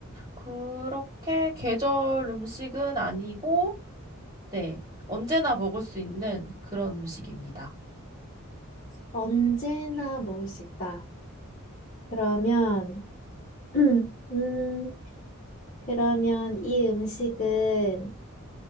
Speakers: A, on the right; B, on the left.
A: 그렇게 계절 음식은 아니고, 네. 언제나 먹을 수 있는 그런 음식입니다.
B: 언제나 먹을 수 있다. 그러면 <clears throat> 음, 그러면 이 음식은